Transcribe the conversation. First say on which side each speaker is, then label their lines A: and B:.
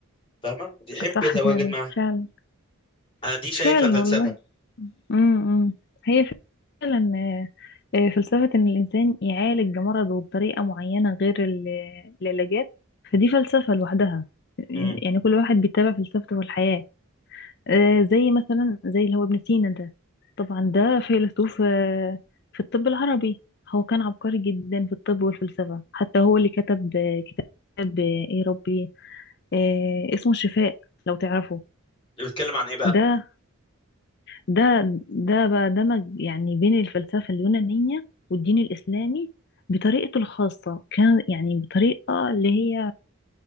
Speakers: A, on the left; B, on the left.
A: فاهمة ويحب
B: صح
A: يتواجد
B: فعلا
A: معاها
B: فعلا
A: انا دي شايفها
B: فعلا
A: فلسفة
B: والله امم هي فعلا آه، آه، فلسفة إن الإنسان يعالج مرضه بطريقة معينة غير ال- العلاجات فدي فلسفة لوحدها
A: امم
B: يعني كل واحد بيتبع فلسفته في الحياة آه، زي مثلا زي اللي هو ابن سينا ده طبعا ده فيلسوف آه، في الطب العربي هو كان عبقري جدا في الطب والفلسفة حتى هو اللي كتب آه، كتاب آه، ايه ربي آه، اسمه الشفاء لو تعرفه
A: بتتكلم عن ايه بقى
B: ده ده ده بقى دمج يعني بين الفلسفة اليونانية والدين الإسلامي بطريقته الخاصة كان يعني بطريقة اللي هي